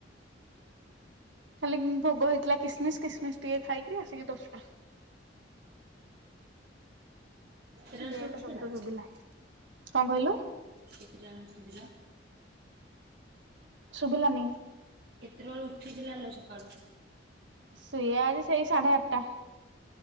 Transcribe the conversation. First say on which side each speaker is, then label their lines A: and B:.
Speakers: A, on the right (about 75°); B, on the right (about 55°).
A: ଖଲି ଭୋଗ ହେଇଥିଲା କିସମିସ କିସମିସ ଟିକେ ଖାଇକରି ଆସିକି ଦଶଟା
B: କେତେଟାରେ
A: ବ
B: ସେ ଉଠିଥିଲା?
A: ତ ସବଦ ସୁଭିିଲ କଣ କହିଲୁ
B: କେତେଟା ଆରମ୍ ଥିଲା
A: ଶୁଭିଲାନି
B: କେତେବେଳେ ଉଠିଥିଲାିଲ ସକାଳୁ
A: ଶଏ ଆଜି ସେଇ ସାଢେ ଆଠଟା